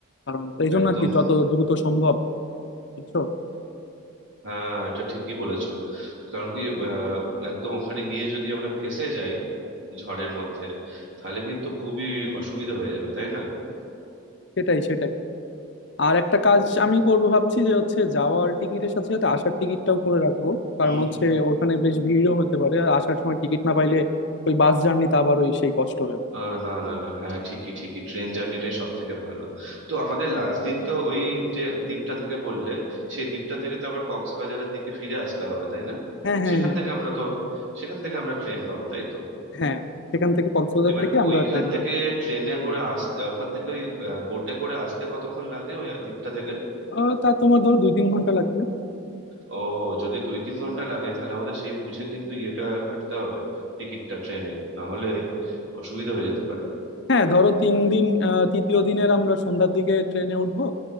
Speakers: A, on the left; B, on the right.
A: কারণ তো এই জন্য
B: একদম
A: আর কি যত দ্রুত সম্ভব বুঝছো
B: হ্যাঁ এটা ঠিকই বলেছো কারণ কি আহ, একদম ওখানে গিয়ে যদি আমরা ফেঁসে যাই ঝড়ের মধ্যে তাহলে কিন্তু খুবই অসুবিধা হয়ে যাবে তাই না
A: সেটাই সেটাই আর একটা কাজ আমি করব ভাবছি যে হচ্ছে যাওয়ার টিকিটের সাথে সাথে আসার টিকিটটাও করে রাখবো কারণ
B: হুম
A: হচ্ছে ওখানে বেশ ভিড়ও হতে পারে আর আসার সময় টিকিট না পাইলে ওই বাস জার্নিতে আবার ওই সেই কষ্ট হয়ে যাবে
B: আহ, না না না হ্যাঁ ঠিকই ঠিকই ট্রেন জার্নিটাই সব থেকে ভালো তো আমাদের লাস্ট দিন তো ওই যে দ্বীপটা থেকে বললে সেই দ্বীপটা থেকে তো আবার কক্সবাজারের দিকে ফিরে আসতে হবে তাই না
A: হ্যাঁ হ্যাঁ
B: সেখান
A: হ্যাঁ
B: থেকে আমরা তো সেখান থেকে আমরা ট্রেন পাবো তাই তো
A: হ্যাঁ সেখান থেকে কক্সবাজার
B: এবার
A: থেকে আমরা
B: ওইখান
A: ট্রেনে
B: থেকে
A: উঠবো
B: ট্রেনে করে আসতে ওখান থেকে ওই বোটে করে আসতে কতক্ষণ লাগে ওই দ্বীপটা থেকে
A: আহ, তা তোমার ধরো দুই তিন ঘন্টা লাগবে
B: ও যদি দুই তিন ঘন্টা লাগে তাহলে আমাদের সেই বুঝে কিন্তু ইয়েটা কাটতে হবে টিকিটটা ট্রেনের না হলে অসুবিধা হয়ে যেতে পারে
A: হ্যাঁ ধরো তিন দিন আহ, তৃতীয় দিনের আমরা সন্ধ্যার দিকে ট্রেনে উঠবো